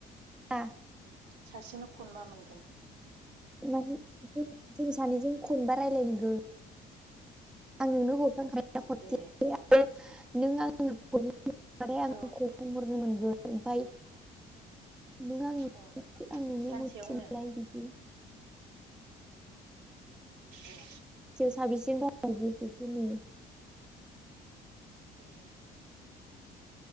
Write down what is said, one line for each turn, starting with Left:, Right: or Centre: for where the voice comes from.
Centre: <inaudible> आ।
Right: सासेनो खनबा मोनगोन।
Centre: माने जों जों सानैजों खनबा रायज्लायनांगोन। आं नोंनो हरखांखा <unintelligible>
Right: ए
Centre: नों आं <inaudible> <unintelligible>
Right: औ
Centre: ओमफाइ। <unintelligible>
Right: औ सानसेयावनो ए।
Centre: साबेसे <unintelligible>
Right: ए